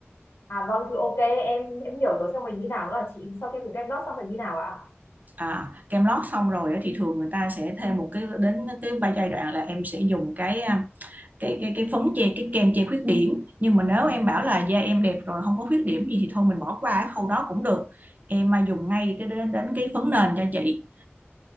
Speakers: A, on the left (about 75°); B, on the right (about 40°).
A: à vâng thì ok em em hiểu rồi xong mình như nào nữa hả chị sau khi dùng kem lót xong rồi như nào ạ
B: À, kem lót xong rồi á thì thường người ta sẽ thêm một cái đến cái ba giai đoạn là em sẽ dùng cái à, cái cái cái phấn che cái kem che khuyết điểm nhưng mà nếu em bảo là da em đẹp rồi không có khuyết điểm gì thì thôi mình bỏ qua cái khâu đó cũng được em mà dùng ngay cái đến đến cái phấn nền cho chị